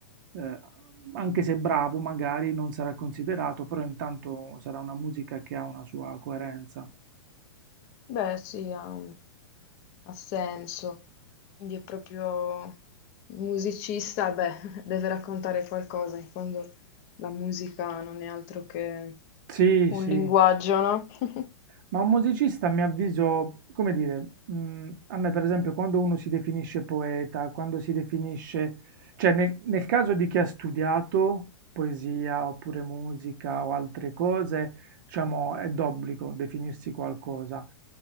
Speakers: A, on the right (about 45°); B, on the left (about 35°).
A: eh, anche se bravo, magari non sarà considerato, però intanto sarà una musica che ha una sua coerenza.
B: Beh, sì, ha, ha senso. Quindi è proprio il musicista, beh, <laughs> deve raccontare qualcosa. In fondo la musica non è altro che
A: Sì,
B: un
A: sì.
B: linguaggio, no? <laughs>
A: Ma un musicista, a mio avviso, come dire, mh, a me per esempio quando uno si definisce poeta, quando si definisce, cioè nel, nel caso di chi ha studiato poesia oppure musica o altre cose, diciamo, è d'obbligo definirsi qualcosa.